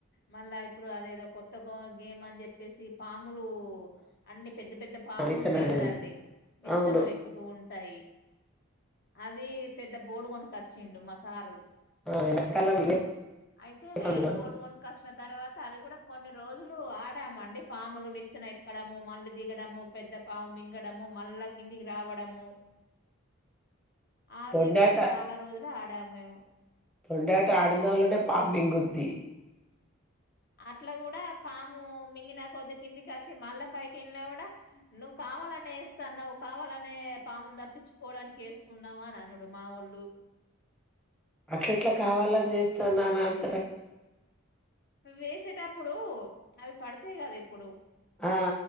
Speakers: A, on the left; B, in the centre.
A: మల్లా ఇప్పుడు అదేదో కొత్త గో గేమ్ అని చెప్పేసి పాము పాములు అన్ని పెద్ద పెద్ద పాములు
B: ఆ నిచ్చెన
A: ఉంటాయి కదాండి
B: అది
A: నిచ్చనలు
B: అవును
A: ఎక్కుతూ ఉం టాయి అది పెద్ద బోడు కొనకొచ్చిండు మసారు
B: ఆ <unintelligible>
A: అయితే బోర్డు కొనకొచ్చిన తర్వాత అది కూడా కొన్ని రోజులు ఆడామండి పాములు నిచ్చిన ఎక్కడము మళ్ళీ దిగడము పెద్ద పాము మింగడము మళ్ళా కిందికి రావడము ఆ
B: తొండాట
A: గేమ్ కూడా చాలా రోజులే ఆ డామ్ మేము
B: తొండేట ఆడినోళ్ళనే పాం మింగుది
A: అట్లా కూడా పాము మింగినా కొద్ది కిందికి వచ్చి మల్లపైకెళ్ళిన కూడా నువ్వు కావాలనే వేస్తాన్నావ్వు కావాలనే పాము దప్పించుకోవడానికి వేస్తున్నావు అని అనడు మా ఒళ్ళు
B: అట్ల ఎట్లా కావాలని చేస్తాన్నానన్
A: వేసేటప్పుడు ఇప్పుడు అవి పడితేయి కదా ఇప్పుడు
B: ఆ